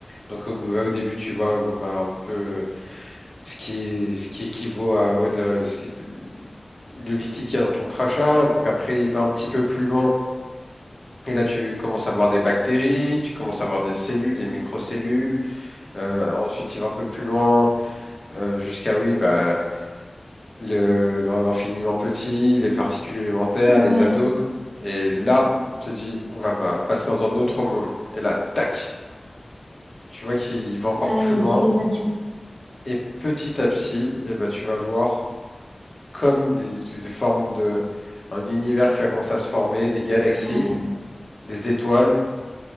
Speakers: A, on the left (about 50°); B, on the right (about 55°).
A: Donc au, ouais, au début tu vois bon bah un peu ce qui ce qui équivaut à ouais, de la- ce qui- le liquide qu'il y a dans ton crachat. Donc après il va un petit peu plus loin. Et là tu commences à voir des bactéries, tu commences à voir des cellules, des microcellules. Euh, ensuite il va un peu plus loin euh, jusqu'à oui bah le- l'en- l'infiniment petit, les particules élémentaires,
B: Ouais.
A: les atomes. Et là, il te dit, on va va passer dans un autre monde. Et là, tac, tu vois qu'il va encore
B: Ah,
A: plus
B: il y a
A: loin.
B: des civilisations.
A: Et petit à petit, eh ben, tu vas voir comme des, des formes de, un univers qui va commencer à se former, des galaxies,
B: Ouais.
A: des étoiles,